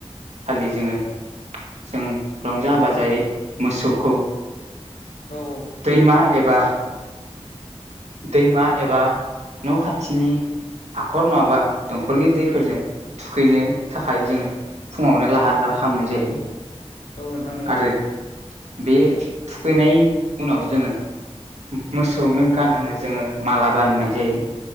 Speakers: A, on the right; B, on the left.
A: खालि जोङो। जों रंजा बाजायै मोसौखौ
B: औ औ
A: दैमा एबा दैमा एबा न' खाथिनि हाखर नङाबा दंखलनि दैफोरजों थुखैनो थाखाय जोङो फुङावनो लाहार फाहार खालामनाय जायो।
B: औ नोंथां नंगौ।
A: आरो बे थुखैनायनि उनाव जोङो मोसौनो
B: औ नोंथां नंगौ औ
A: गानहोनो जोङो माला बाननाय जायो